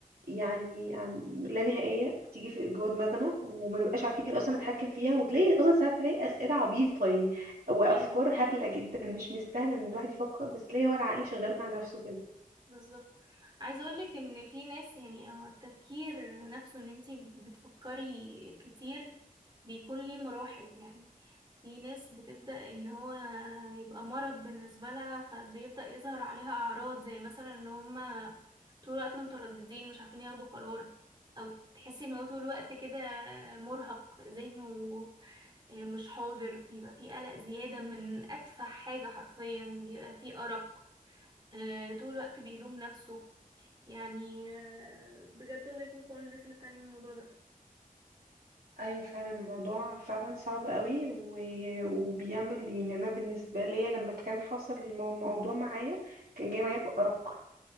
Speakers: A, on the right; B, on the right.
A: يعني عن لا نهائيه بتيجي في جوه دماغنا وما نبقاش عارفين اصلا نتحكم فيها وتلاقي اصلا ساعات تلاقي اسئله عبيطه يعني وافكار
B: أيوة.
A: هبله جدا مش مستاهله ان الواحد يفكر بس تلاقي هو العقل شغال مع نفسه كده
B: بالظبط عايزه اقولك ان في ناس يعني آه، التفكير نفسه ان انتي بتفكري كتير بيكون ليه مراحل يعني في ناس بتبدأ ان هو يبقى مرض بالنسبه لها فبيبدأ يظهر عليها اعراض زي مثلا ان هما طول الوقت مترددين مش عارفين ياخدوا قرار او تحسي ان هو طول الوقت كده مرهق ذهنه مش حاضر بيبقى فيه قلق زيادة من أتفه حاجة حرفيا بيبقى فيه أرق آه، طول الوقت بيلوم نفسه يعني آه، بجد الله يكون في عون الناس اللي بتعاني من الموضوع ده
A: ايوه فعلا الموضوع فعلا صعب قوي و... وبيعمل يعني انا بالنسبه ليا لما كان حصل المو- الموضوع معايا كان جاي معايا بارق